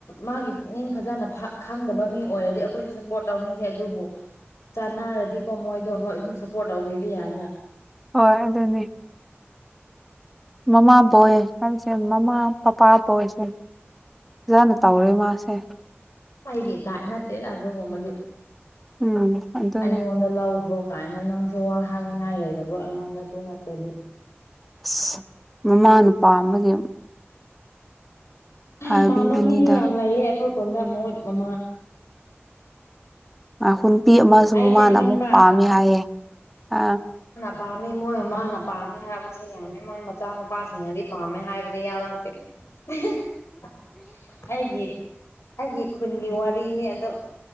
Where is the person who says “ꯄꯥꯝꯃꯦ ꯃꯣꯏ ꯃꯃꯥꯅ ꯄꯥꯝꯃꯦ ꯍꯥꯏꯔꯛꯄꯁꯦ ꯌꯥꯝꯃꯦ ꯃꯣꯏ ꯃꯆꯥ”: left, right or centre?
Left